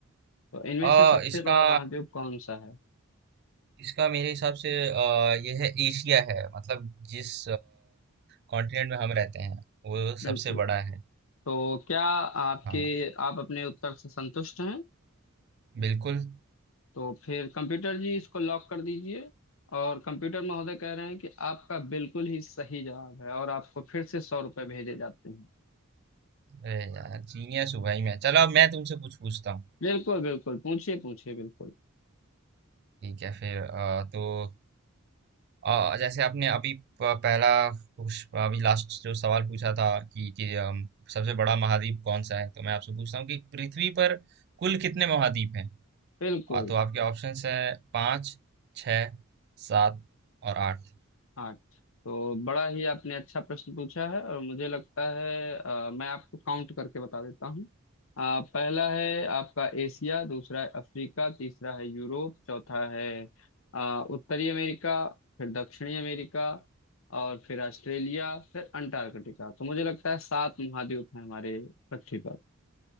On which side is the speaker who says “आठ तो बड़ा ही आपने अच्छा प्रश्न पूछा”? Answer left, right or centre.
Left